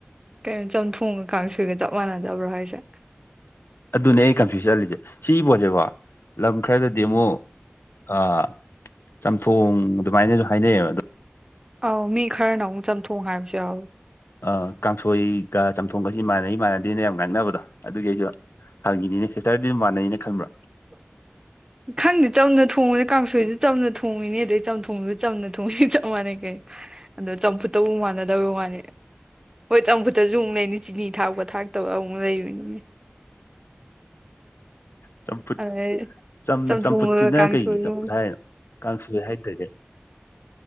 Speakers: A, on the right; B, on the left.
A: ꯀꯩꯅꯣ ꯆꯝꯊꯣꯡꯒ ꯀꯥꯡ ꯁꯣꯏꯒ ꯆꯞ ꯃꯥꯟꯅꯗꯕ꯭ꯔꯣ ꯍꯥꯏꯁꯦ
B: ꯑꯗꯨꯅꯦ ꯑꯩ ꯀꯟꯐ꯭ꯌꯨꯁ ꯆꯠꯂꯤꯁꯦ ꯁꯤꯒꯤ ꯄꯣꯠꯁꯦꯀꯣ ꯂꯝ ꯈꯔꯗꯗꯤ
A: ꯎꯝ
B: ꯑꯃꯨꯛ ꯑꯥ ꯆꯝꯊꯣꯡ ꯑꯗꯨꯃꯥꯏꯅꯁꯨ ꯍꯥꯏꯅꯩꯕ ꯑꯗꯨ
A: ꯑꯧ ꯃꯤ ꯈꯔꯅ ꯑꯃꯨꯛ ꯆꯝꯊꯣꯡ ꯍꯥꯏꯕꯁꯨ ꯌꯥꯎꯋ
B: ꯑ ꯀꯥꯡꯁꯣꯏꯒ ꯆꯝꯊꯣꯡꯒꯁꯤ ꯃꯥꯟꯅꯩ ꯃꯥꯟꯅꯗꯦꯅ ꯌꯥꯝ ꯉꯥꯡꯅꯕꯗꯣ ꯑꯗꯨꯒꯤ ꯑꯩꯁꯨ ꯍꯥꯟꯉꯤꯅꯤꯅꯦ ꯁꯤꯁꯇꯔꯗꯤ ꯃꯥꯟꯅꯩꯅ ꯈꯟꯕ꯭ꯔꯥ
A: <inaudible> ꯈꯪꯗꯤ ꯆꯝꯅ ꯊꯣꯡꯉꯤꯅꯦ ꯀꯥꯡꯁꯣꯏꯁꯨ ꯆꯝꯅ ꯊꯣꯡꯉꯤꯅꯦ ꯑꯗꯩ ꯆꯝꯊꯣꯡꯁꯨ ꯆꯝꯅ ꯊꯣꯡꯉꯤꯅꯤ ꯆꯞ ꯃꯥꯟꯅꯩ ꯀꯩꯅꯣ ꯑꯗꯣ ꯆꯝꯐꯨꯠꯇꯕꯨ ꯃꯥꯟꯅꯗꯕꯒꯤ ꯋꯥꯅꯤ ꯍꯣꯏ ꯆꯝꯐꯨꯠꯇꯁꯨ ꯑꯃꯨꯛ ꯂꯩꯅꯤ ꯆꯤꯅꯤ ꯊꯥꯛꯄ ꯊꯥꯛꯇꯕ ꯑꯃꯨꯛ ꯂꯩꯕꯅꯤꯅꯦ
B: <inaudible> ꯆꯝꯐꯨꯠ
A: ꯑꯗꯩ
B: ꯆꯝꯅ
A: ꯆꯝꯊꯣꯡꯒ
B: ꯆꯝꯐꯨꯠꯁꯤꯅ
A: ꯀꯥꯡꯁꯣꯏꯒ
B: ꯀꯩꯒꯤ ꯆꯝꯐꯨꯠ ꯍꯥꯏꯅꯣ ꯀꯥꯡꯁꯣꯏ ꯍꯥꯏꯗꯈꯥꯏ